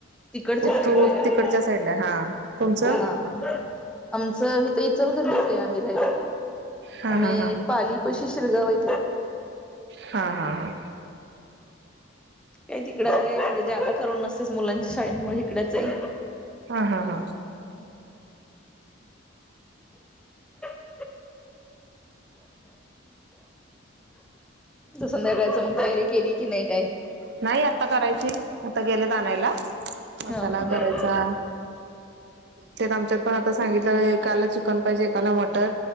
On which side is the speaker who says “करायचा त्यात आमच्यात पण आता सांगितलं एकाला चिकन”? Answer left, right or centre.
Right